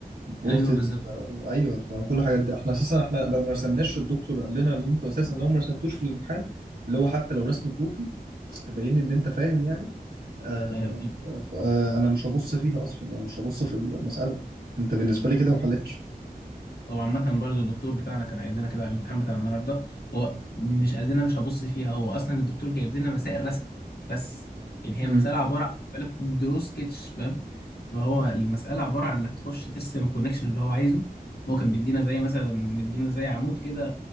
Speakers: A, on the right; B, on the left.
A: البولتد
B: ايوه بالظبط
A: ايوه ما كل الحاجات دي احنا اساسا احنا لو ما رسمناش الدكتور قال لنا ان انتوا اساسا لو ما رسمتوش في الامتحان اللي هو حتى لو رسم كروكي تبين ان انت فاهم يعني آه
B: هي بتبقى
A: ف- آه انا مش هبص فيها اصلا يعني مش هبص في المساله انت بالنسبه
B: نعم.
A: لي كده ما حلتش
B: هو عامة برضه الدكتور بتاعنا كان قايل لنا كده على الامتحان بتاع النهارده هو مش قال لنا مش هبص فيها هو اصلا الدكتور جايب لنا مسائل رسم بس يعني هي
A: امم
B: مسألة عبارة عن بالك دروس سكتش فاهم فهو المسألة عبارة عن انك تخش ترسم الكونكشن اللي هو عايزه هو كان بيدينا زي مثلا مدينا زي عمود كده